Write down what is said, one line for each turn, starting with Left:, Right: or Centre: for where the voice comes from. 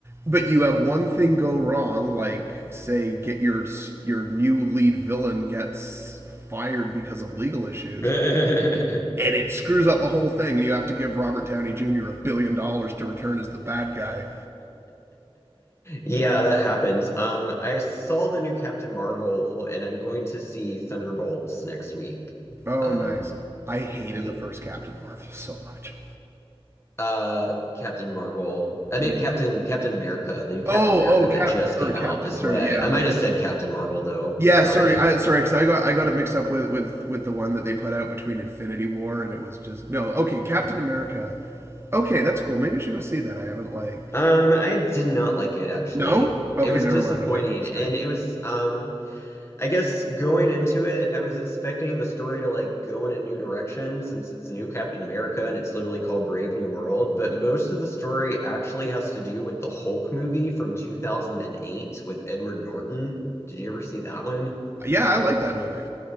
Right: but you have one thing go wrong, like say get your your new lead villain gets fired because of legal issues,
Left: <laughs>
Right: and it screws up the whole thing, and you have to give Robert Downey Jr. a billion dollars to return as the bad guy.
Left: Yeah, that happens. Um, I saw the new Captain Marvel, and I'm going to see Thunderbolts next week.
Right: Oh,
Left: Um,
Right: nice! I hated
Left: ye-
Right: the first Captain Marvel so much.
Left: uh, Captain Marvel. I mean,
Right: Like,
Left: Captain Captain America, the new Captain
Right: Oh,
Left: America
Right: oh, cap
Left: that just
Right: or
Left: came
Right: captain.
Left: out is
Right: Sorry,
Left: what I
Right: yeah,
Left: I
Right: like
Left: might have said Captain Marvel though.
Right: yeah.
Left: Sorry.
Right: Sorry, I sorry because I got I got it mixed up with with with the one that they put out between Infinity War and it was just no. Okay, Captain America. Okay, that's cool. Maybe I should go see that. I haven't like
Left: Um, I did not like it actually.
Right: no. Okay,
Left: It was
Right: never
Left: disappointing,
Right: mind. I'll wait for the stream.
Left: and it was um, I guess going into it, I was expecting the story to like go in a new direction since it's new Captain America and it's literally called Brave New World, but most of the story actually has to do with the Hulk movie from 2008 with Edward Norton. Did you ever see that one?
Right: Yeah, I like that movie.